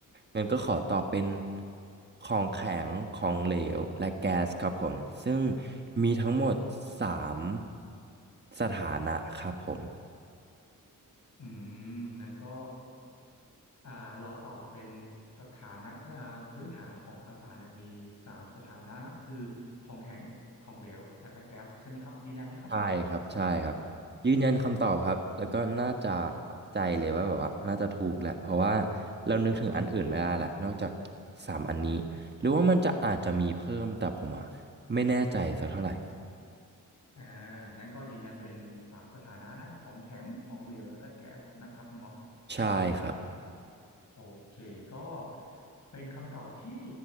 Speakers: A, on the right; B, on the left.
A: งั้นก็ขอตอบเป็นของแข็งของเหลวและแก๊สครับผมซึ่งมีทั้งหมดสามสถานะครับผม
B: อืมนั้นก็อ่าเราตอบเป็นสถานะอ่าพื้นฐานของสสารเนี่ยมีสามสถานะนะคือของแข็งของเหลวแล้วก็แก๊สใช่ไหมครับยืนยันไหมครับ
A: ใช่ครับใช่ครับยืนยันคำตอบครับแล้วก็น่าจะเข้าใจเลยว่าแบบว่าน่าจะถูกแหละเพราะว่า
B: อ่า
A: เรานึกถึงอันอื่นไม่ได้ละนอกจากสามอันนี้หรือว่ามันจะอาจจะมีเพิ่มแต่ผมอ่ะไม่แน่ใจสักเท่าไหร่
B: อ่างั้นก็ยืนยันเป็นสามสถานะนะของแข็งของเหลวแล้วก็แก๊สนะครับเนาะ
A: ใช่ครับ
B: โอเคก็เป็นคำตอบที่